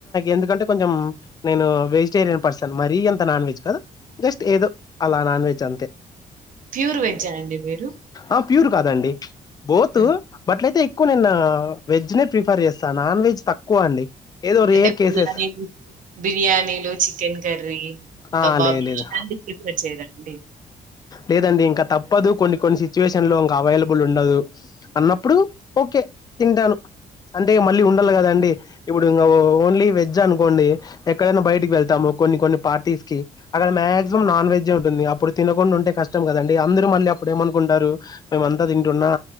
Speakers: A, on the left; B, on the right.
A: ఎందుకంటే కొంచెం నేను వే రియన్ పర్సన్ మరీ ఎంత నాన్ వెజ్ కద జస్ట్ ఏదో అలా నాన్ వెజ్ అంతే
B: ప్యూర్ వెజ్జా అండి మీరు
A: ఆ ప్యూర్ కాదండి బోత్
B: ఆ!
A: బట్లయితే నిన్న వెజ్ నే ప్రిఫర్ చేస్తాను నాన్ వెజ్ తక్కువ అండి ఏదో రేర్
B: అంటే బిర్యానీ
A: కేసెస్
B: బిర్యాని మీరు చికెన్ కర్రీ
A: ఆ
B: కబాబిలాంటి
A: లేదు లేదు
B: ప్రిపేర్ చేయరాండి
A: లేదండి ఇంకా తప్పదు కొన్ని కొన్ని సిచ్యువేషన్ లో ఇంకా అవైలబుల్ ఉండదు అన్నప్పుడు ఓకే తింటను అంటే మళ్ళీ ఉండాలి కదండి ఇప్పుడు ఇం ఓన్లీ వెజ్ అనుకోండి ఎక్కడైనా బయట వెళ్తాము కొన్ని కొన్ని పార్టీస్ కి అక్కడ మాక్సిమం నాన్ వెజ్ ఉంటుంది అప్పుడు తినకుండా ఉంటే కష్టం కదండి అందరూ మళ్ళీ అప్పుడేమనుకుంటారు మేమంతా తింటున్నా